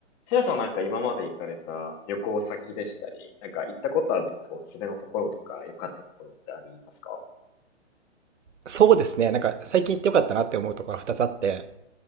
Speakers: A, on the left (about 20°); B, on the right (about 75°).
A: せやさんはなんか今まで行かれた旅行先でしたり、なんか行ったことあるとこ、そうおすすめのところとか、良かったところってありますか
B: そうですね。なんか最近行ってよかったなって思うところが2つあって、